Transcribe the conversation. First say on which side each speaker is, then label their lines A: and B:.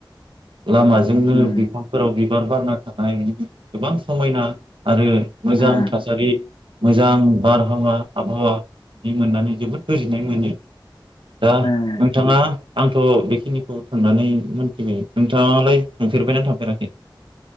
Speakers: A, on the right; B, on the left.
A: लामाजोंनो
B: उम
A: बिफांफोराव बि बिबार बारनो थाखाय गोबां समायना आरो मोजां
B: उम
A: थासारि मोजां बार आबहावा आबहावा बिदि मोननानै जोबोद गोजोननाय मोनो दा
B: उम
A: नोंथाङा आंथ' बेखिनिखौ थांनानै मोनथिबाय नोंथाङालाय थांफेरबायना थांफेराखै?